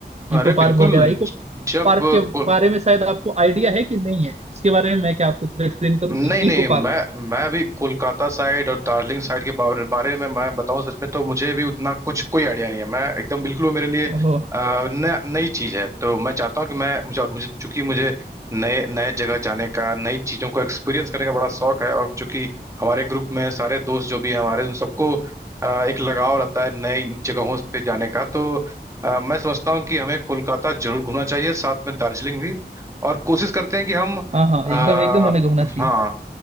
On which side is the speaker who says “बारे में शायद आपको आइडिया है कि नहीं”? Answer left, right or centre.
Right